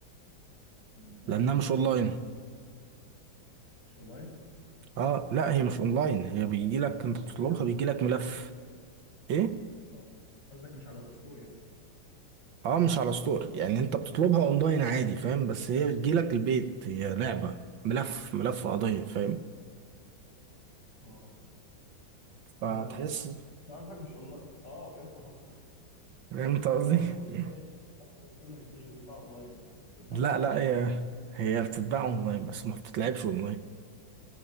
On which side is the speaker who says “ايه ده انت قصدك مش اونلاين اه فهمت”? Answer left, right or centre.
Left